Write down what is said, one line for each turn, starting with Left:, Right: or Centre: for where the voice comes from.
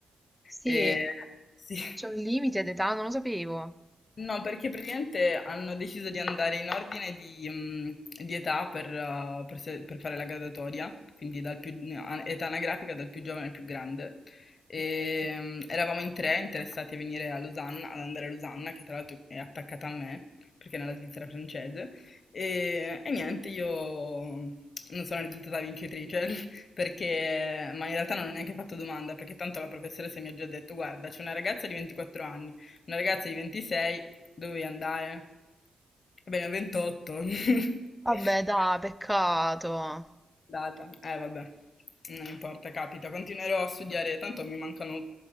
Centre: Sì,
Left: E, sì,
Centre: c'è un limite d'età, non lo sapevo.
Left: No, perché praticamente hanno deciso di andare in ordine di, mh, di età per, uh, per se- per fare la graduatoria, quindi dal più, a- età anagrafica dal più giovane al più grande. E,
Centre: Mm.
Left: mh, eravamo in tre interessati a venire a Losanna, ad andare a Losanna, che tra l'altro è attaccata a me, perché è nella Svizzera francese. E, e niente, io non sono risultata vincitrice, <laughs> perché, ma in realtà non ho neanche fatto domanda, perché tanto la professoressa mi ha già detto, guarda, c'è una ragazza di 24 anni una ragazza di 26 Dovevi andare. Va bene, 28. <laughs>
Centre: Vabbè, dai, peccato.
Left: Data. Eh, vabbè. Non importa, capita. Continuerò a studiare, tanto mi mancano